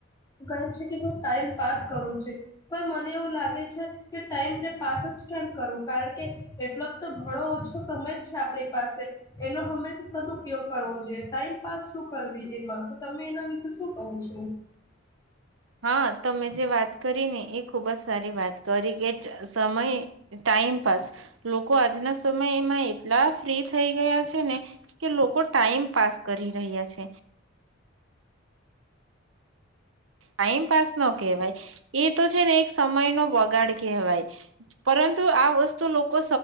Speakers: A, on the left; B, on the right.
A: કહે છે કે હું ટાઈમ પાસ કરું છે પણ મને એવું લાગે છે કે ટાઈમને પાસ જ કેમ કરું કારણ કે એટલો તો ઘણો ઓછો તો સમય છે આપણી પાસે એનો હમેશા સદઉપયોગ કરવો જોઈએ ટાઈમપાસ શું કરવી એમાં તો તમે એના વિશે શું કહો છો.
B: હા તમે જે વાત કરીને એ ખુબજ સારી વાત કરી કે સમય ટાઈમ પાસ લોકો આજના સમય એમાં એટલા ફ્રી થઈ ગયા છે ને કે લોકો ટાઈમ પાાસ કરી રહ્યા છે. ટાઈમપાસ નો કહેવાય એ તો છે ને એક સમય નો બગાડ કહેવાય પરંતુ આ વસ્તુ લોકો